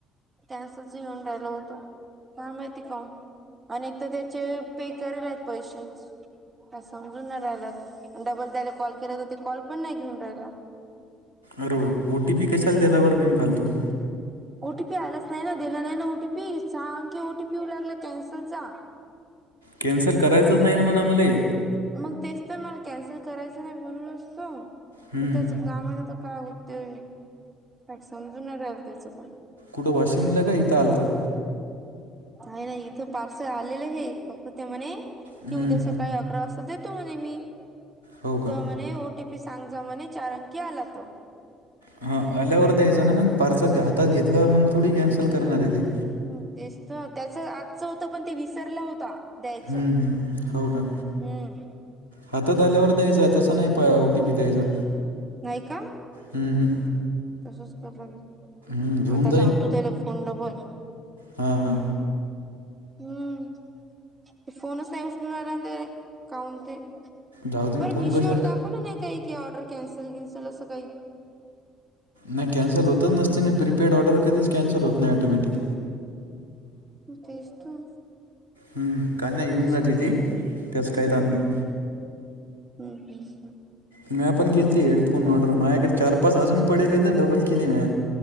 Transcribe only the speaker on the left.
अर ओ टी पी कशाला दल्यावर बिन फालतू.
कॅन्सल करायच नाही ना मण आम्हाले.
हम्म
कुठ वाशिमला का इथं आलतं?
हम्म
हो का
हा आल्यावर द्यायचं ना मग पार्सल, हातात घेतल्यावर मग थोडी कॅन्सल करणार हाय ते.
हम्म हम्म हो का
हातात आल्यावर द्यायचां, तसं नाही पा ओटीपी द्यायचा.
हम्म हम्म
हम्म घेऊन
हा हा.
जाऊ दे
ना फोन
कशा
नाही कॅन्सल होतच नसते ना, प्रीपेड ऑर्डर कधीच कॅन्सल होत नाही ऑटोमॅटिक.
हम्म, काय नाही घेऊन
जाते, ती त्याच काही ताण नाही.
म्या पण केलती, हेडफोन ऑर्डर माझ्याकडे चार पाच अजून पडले हायते डबल केली म्या